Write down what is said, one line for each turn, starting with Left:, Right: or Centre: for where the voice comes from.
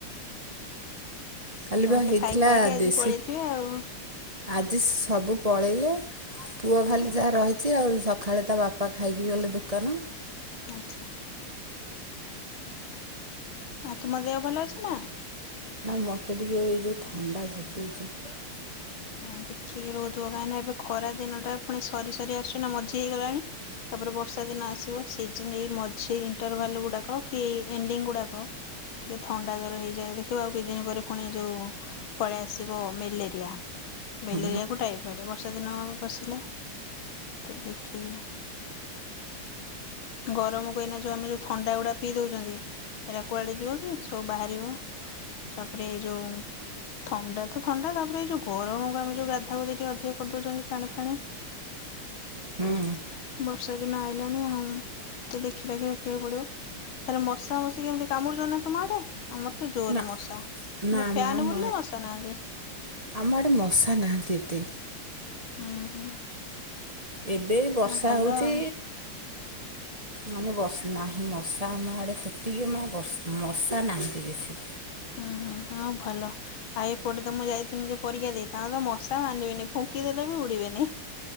Right: କାଲି
Left: ସମସ୍ତେ
Right: ବା ହେଇଥିଲା
Left: ଖାଇ ଖୁଆଇକି ଆଜି
Right: ଦେଶୀ
Left: ପଳେଇଥିବେ ଆଉ
Right: ଆଜି ସବୁ ପଳେଇଲେ ପୁଅ
Left: ହଁ
Right: ଖାଲି ଯାହା ରହିଛି ଆଉ ସ ଖାଳେ ତା ବାପା ଖାଇକି ଗଲେ ଦୋକାନ।
Left: ଆଛା ଆ ତୁମ ଦେହ ଭଲ ଅଛି ନା?
Right: ନା ମତେ ଟିକେ ଏଇ ଯୋଉ ଥଣ୍ଡା ଧରିଦେଇଛି।
Left: ଆଁ ଦେଖିକି ରହୁଥିବ କାହିଁକିନା ଏବେ ଖରା ଦିନ ଟା ପୁଣି ସରି ସରି ଆସୁଛି ନା ମଜି ହେଇଗଲାଣି? ତାପରେ ବର୍ଷା ଦିନ ଆସିବ ସେଇ ନି ଏଇ ମଝି ଇଣ୍ଟରଭାଲ ଉଡାକ କି ଏଣ୍ଡିଙ୍ଗ ଗୁଡାକ ଟିକେ ଥଣ୍ଡା ଜର ହେଇଯାଏ। ଦେଖିବ ଆଉ କିଛି ଦିନ ପରେ ପୁଣି ଯୋଉ ପଳେ ଆସିବ ମେଲେରିଆ। ମ୍ୟାଲେରିଆକୁ
Right: ହୁଁ
Left: ଟାଇପ ଅବେ ବର୍ଷା ଦିନ ଆମ ପସିଲା ତ ଦେଖିକି ଗରମ କୁ ଏଇନା ଯୋଉ ଆମେ ଯୋଉ ଥଣ୍ଡା ଗୁଡା ପିଇ ଦଉଛନ୍ତି। ଏରା କୁଆଡେ ଯିବ କି ସବୁ ବାହାରିବ। ତାପରେ ଏ ଯୋଉ ଥଣ୍ଡା ତ ଥଣ୍ଡା ତାପରେ ଏ ଯୋଉ ଗର ରମ ଆମେ ଯୋଉ ଗାଧା ଗୁଧି ଅଧିକ କରି ଦଉଛନ୍ତି ପାଣି ଫାଣି
Right: ହୁଁ।
Left: ବର୍ଷା ଦିନ ଆଇଲାଣି ଦେଖିଟାଖି ରଖିବାକୁ ପଡିବ। ତାପରେ ମଶା ମଶି କେମିତି କମୁଛତି ତମ ଆଡେ ଆମର ତ ଜୋରରେ
Right: ନା
Left: ମଶା କିନ୍ତୁ
Right: ନା
Left: ଫ୍ୟାନ୍
Right: ମା ଆମ
Left: ବୁଲିଲେ ମଶା ନାହାନ୍ତି।
Right: ଆମ ଆଡ଼େ ମଶା ନାହାନ୍ତି ଏତେ।
Left: ହଁ ହୁଁ।
Right: ଏବେ ବର୍ଷା
Left: ଆଉ ଭଲ
Right: ହେଉଛି,
Left: ଆଉ <unintelligible>
Right: ମାନେ ବ <unintelligible> ନାହିଁ ମଶା ଆମ ଆଡ଼େ ସେତିକି ମା ବ <unintelligible> ମଶା ନାହାନ୍ତି ବେଶୀ।
Left: ହୁଁ ହୁଁ ହଁ ଭଲ। ଆଇ ଏପଟେ ତ ମୁଁ ଯାଇଥିଲି ଯେ ପରୀକ୍ଷା ଦେଇ ତାଙ୍କ ତ ମଶା ମାନିବେନି ଫୁଙ୍କିଦେଲେ ବି ଉଡିବେନି।